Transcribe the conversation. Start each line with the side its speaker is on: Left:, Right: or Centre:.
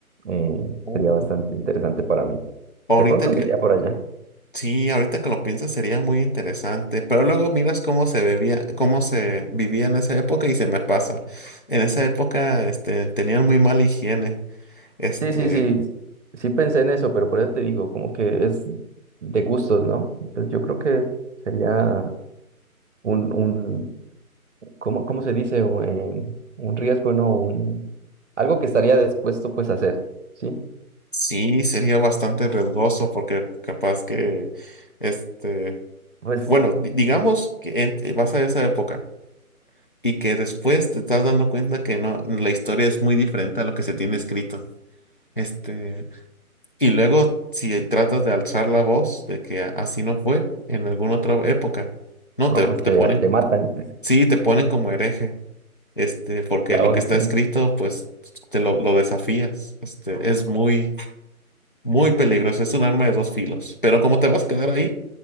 Right: eh,
Left: Oh,
Right: sería bastante interesante para mí.
Left: Ahorita
Right: De pronto me
Left: que
Right: iría por allá.
Left: Sí, ahorita que lo piensas sería muy interesante, pero luego miras cómo se bebía, cómo se vivía en esa época y se me pasa. En esa época, este, tenían muy mala higiene. Este,
Right: Sí, sí, sí, sí pensé en eso, pero por eso te digo, como que es de gustos, ¿no? Pues yo creo que sería un, un, ¿cómo, cómo se dice? O, eh, un riesgo, ¿no? Un, algo que estaría dispuesto pues a hacer, ¿sí?
Left: sí, sería bastante riesgoso porque capaz que, este,
Right: Pues,
Left: bueno, di- digamos que en- eh, vas a esa época y que después te estás dando cuenta que no, la historia es muy diferente a lo que se tiene escrito. Este, Y luego, si tratas de alzar la voz de que a- así no fue en alguna otra época, no,
Right: no,
Left: te,
Right: pues
Left: te
Right: te,
Left: ponen,
Right: te matan,
Left: te- sí, te ponen como hereje, este, porque
Right: <laughs> te ahorcan.
Left: lo que está escrito, pues, te lo, lo desafías. Este, es muy, muy peligroso, es un arma de dos filos. Pero como te vas a quedar ahí,